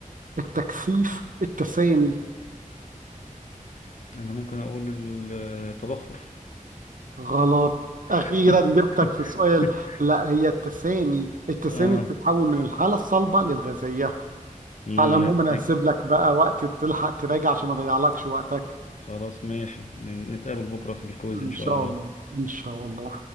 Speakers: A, on the right; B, on the left.
A: التكثيف التسامي
B: أنا ممكن أقول التبخر
A: غلط أخيرا
B: <laughs>
A: جبتك في السؤال لا هي التسامي التسامي
B: آه
A: بتتحول من الحالة الصلبة للغازية
B: مم.
A: على العموم أنا
B: دي
A: هسيب لك بقى وقت تلحق تراجع عشان ما أضيعلكش وقتك
B: خلاص ماشي نتقابل بكرة في الكويز
A: إن
B: إن شاء
A: شاء
B: الله
A: الله إن شاء الله